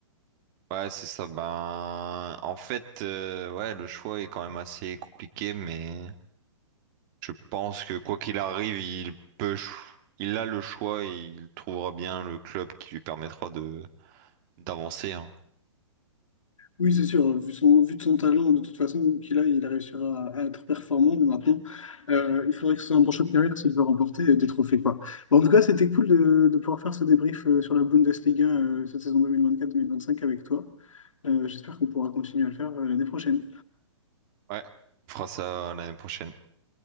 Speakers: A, on the right; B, on the left.
A: ouais, c'est ça. Ben en fait, euh, ouais, le choix est quand même assez compliqué, mais. Je pense que quoi qu'il arrive, il peut, cho- il a le choix et il trouvera bien le club qui lui permettra de d'avancer, hein.
B: Oui, c'est sûr, vu son, vu de son talent, de toute façon, qu'il a, il réussira à, à être performant. Mais maintenant, euh, il faudrait que ce soit un bon choix de carrière s'il veut remporter des trophées, quoi. Bon, en tout cas, c'était cool de, de pouvoir faire ce débrief euh, sur la Bundesliga euh, cette saison 2024-2025 avec toi. Euh, j'espère qu'on pourra continuer à le faire euh, l'année prochaine.
A: Ouais, on fera ça l'année prochaine.